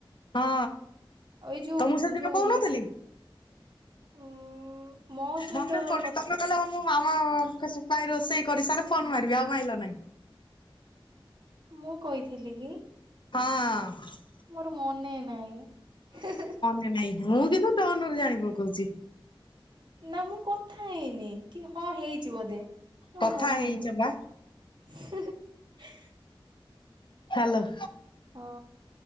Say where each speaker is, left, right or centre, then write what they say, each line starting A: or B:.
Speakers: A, on the left; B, on the right.
A: ହଁ।
B: ଏଇ ଯୋଉ
A: ତମକୁ ସେଦିନ
B: ଯୋଉ
A: କହୁନଥିଲି?
B: ଉ ମୋ ସହିତ
A: ମାନେ ପଡୁନି
B: କଥା
A: ତମେ କହିଲ ମୁଁ ମାମା ଙ୍କ ସ୍ ପାଇଁ ରୋଷେଇ କରିସାର ଫୋନ୍ ମାରିବି ଆଉ ମାଇଲ ନାହିଁ।
B: ମୁଁ କହିଥିଲି କି?
A: ହଁ।
B: ମୋର ମନେ ନାହିଁ।
A: ନାଇଁ ମୁଁ କିନ୍ତୁ ଟୋନ୍ ରୁ ଜାଣି ପକୋଉଚି।
B: ନା ମୁଁ କଥା ହେଇନି କି ହଁ ହେଇଚି ବୋଧେ ମୋର
A: କଥା
B: ମନେ
A: ହେଇଛ
B: ନାହିଁ।
A: ବା
B: <unintelligible>
A: ହ୍ୟାଲୋ
B: ହଁ